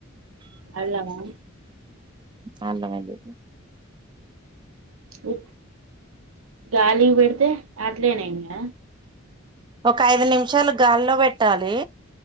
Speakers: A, on the right; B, on the right.
A: అలమా
B: అవునడి
A: ఓ గాలి పెడితే అట్లేనే ఇకా
B: ఒక ఐదు నిమిషాలు గాల్లో పెట్టాలి